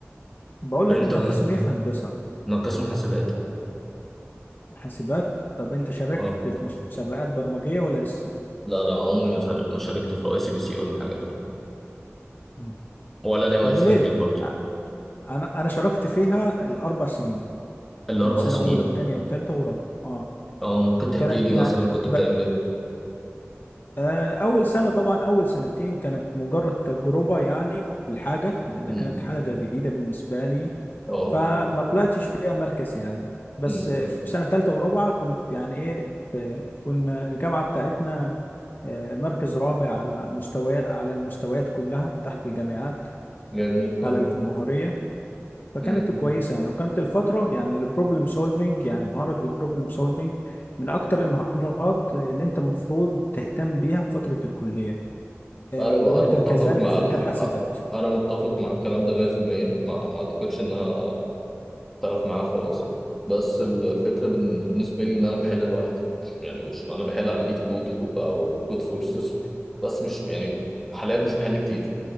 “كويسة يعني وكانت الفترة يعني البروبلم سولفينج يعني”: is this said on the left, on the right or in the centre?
Left